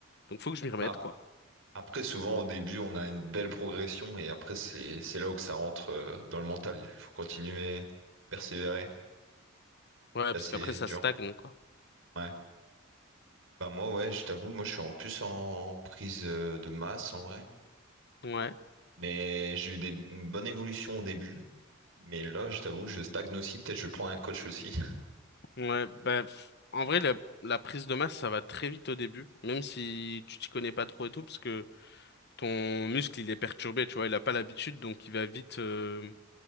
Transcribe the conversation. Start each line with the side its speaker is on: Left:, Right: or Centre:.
Left: Donc faut que je m'y remette,
Right: Bah,
Left: quoi.
Right: Après, souvent, au début, on a une belle progression et après, c'est, c'est là où que ça rentre euh, dans le mental. Il faut continuer, persévérer,
Left: Ouais,
Right: passer
Left: parce qu'après ça
Right: dur.
Left: stagne, quoi.
Right: Ouais. Bah, moi, ouais, je t'avoue, moi, je suis en plus en prise euh, de masse en vrai.
Left: Ouais,
Right: Mais j'ai eu des, une bonne évolution au début. Mais là, je t'avoue, je stagne aussi. Peut-être je vais prendre un coach aussi.
Left: ouais. Bah, pff, en vrai, la, la prise de masse, ça va très vite au début, même si tu t'y connais pas trop et tout, parce que ton muscle, il est perturbé, tu vois, il a pas l'habitude, donc il va vite. euh,